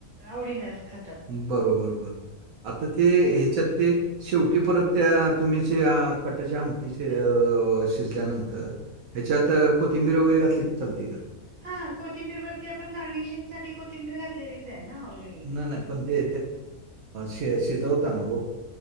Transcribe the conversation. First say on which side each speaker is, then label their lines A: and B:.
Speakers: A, on the right; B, on the right.
A: आवडीनच खातात.
B: बरोबर बर आता ते ह्याच्यात ते शेवटी परत त्या तुम्ही ज्या कटाच्या आमटीचे शिजल्यानंतर ह्याच्यात कोथिंबीर वगैरे घातली चालते का?
A: हा कोथिंबीर वरती आपण गार्निशिंग साठी कोथिंबीर घातलेलीच आहे ना ऑलरेडी.
B: नाही नाही पण ते श शिजवताना हो.